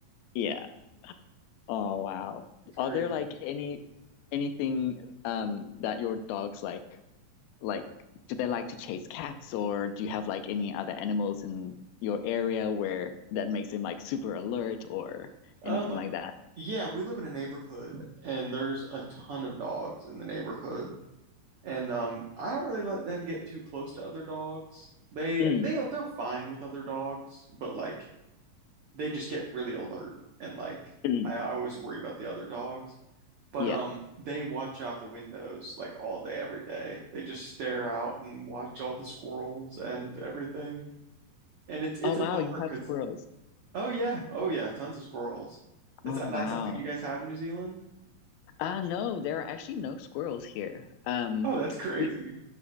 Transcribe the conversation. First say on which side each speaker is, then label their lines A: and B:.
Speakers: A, on the left; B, on the right.
A: Yeah. Oh wow.
B: It's crazy.
A: Are there like any anything um that your dogs like like do they like to chase cats or do you have like any other animals in your area where that makes them like super alert or
B: Um,
A: anything like that?
B: yeah, we live in a neighborhood and there's a ton of dogs in the neighborhood. And um, I don't really let them get too close to other dogs. They
A: Mm,
B: they they're fine with other dogs, but like they just get really alert and like
A: mm,
B: I, I always worry about the other dogs. But
A: yeah.
B: um, they watch out the windows like all day every day. They just stare out and watch all the squirrels and everything. And it's it's
A: Oh wow,
B: a bummer
A: you have
B: because
A: squirrels.
B: oh yeah, oh yeah, tons of squirrels. Is
A: Oh
B: that not
A: wow.
B: something you guys have in New Zealand?
A: Uh no, there are actually no squirrels here. Um
B: Oh, that's crazy.
A: we